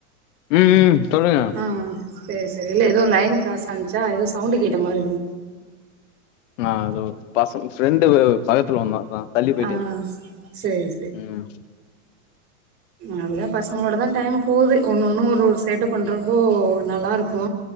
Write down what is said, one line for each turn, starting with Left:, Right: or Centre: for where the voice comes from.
Left: ம் ம் சொல்லுங்க
Right: ஆ சேரி சேரி இல்ல எதோ லைன் க்ராஸ் ஆனுச்சா எதோ சவுண்டு கேட்ட மாரி
Left: நா தோ பசங் ஃப்ரெண்டு வேற பக்கத்துல வந்தா நா தள்ளி போய்ட்டே
Right: ஆ
Left: இப்போ
Right: சேரி
Left: ம்
Right: அப்டிதா பசங்களோடதா டைம் போது ஒன்னொன்னு ஒரொரு சேட்ட பண்றப்போ நல்லாருக்கு